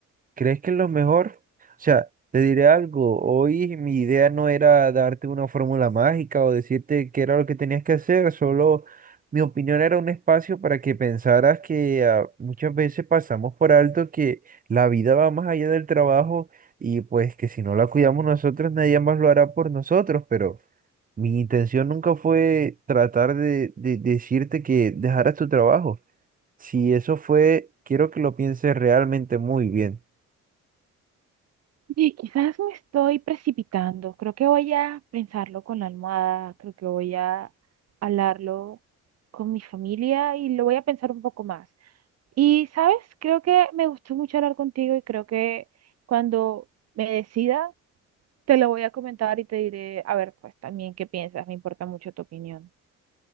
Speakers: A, on the right (about 30°); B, on the right (about 55°).
A: ¿Crees que es lo mejor? O sea, te diré algo. Hoy mi idea no era darte una fórmula mágica o decirte qué era lo que tenías que hacer, solo mi opinión era un espacio para que pensaras que ah, muchas veces pasamos por alto que la vida va más allá del trabajo y pues que si no la cuidamos nosotros, nadie más lo hará por nosotros, pero... Mi intención nunca fue tratar de, de decirte que dejaras tu trabajo. Si eso fue, quiero que lo pienses realmente muy bien.
B: Oye, quizás me estoy precipitando. Creo que voy a pensarlo con la almohada. Creo que voy a hablarlo con mi familia y lo voy a pensar un poco más. Y, ¿sabes? Creo que me gustó mucho hablar contigo y creo que cuando me decida, te lo voy a comentar y te diré, a ver, pues también qué piensas. Me importa mucho tu opinión.